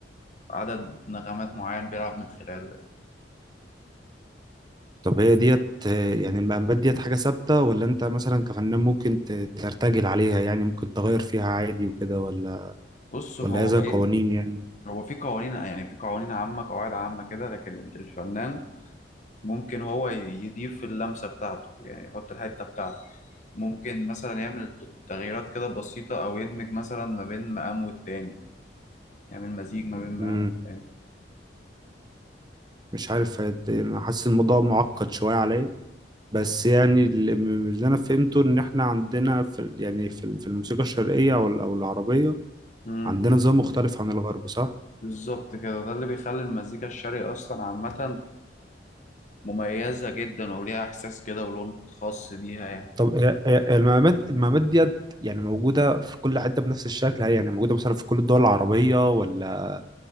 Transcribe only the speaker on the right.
طب هي ديت آه، يعني المقامات ديت حاجة ثابتة ولا انت مثلا كفنان ممكن ت- ترتجل عليها يعني ممكن تغير فيها عادي وكده ولا
ولا هي زي
قوانين يعني
مم.
مش عارف هت- انا حاسس الموضوع معقد شوية عليا بس يعني اللي من اللي انا فهمته ان احنا عندنا في ال- يعني في ال- في الموسيقى الشرقية او ال- او العربية
عندنا نظام مختلف عن الغرب صح؟
طب هي- هي- المقامات المقامات ديت يعني موجودة في كل حتة بنفس الشكل هي يعني موجودة مثلا في كل الدول العربية ولا